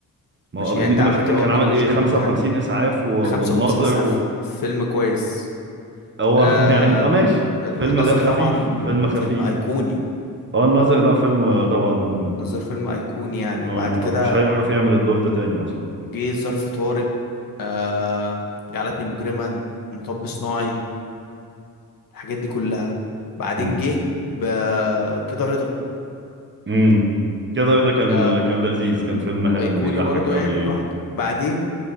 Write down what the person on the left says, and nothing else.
ماشي
يعني
أنت عملت
أه
ميدو
مشاكل
وبتاع
55 إسعاف فيلم كويس
آه
النظر
طبعا
فيلم أيقوني
النظر فيلم أيقوني يعني
وبعد
كده
جه ظرف طارق آه جعلتني مجرما مطب صناعي الحاجات دي كلها بعدين
جه ب- كده رضا
ده
ايقوني
برضو
يعني
لوحده بعدين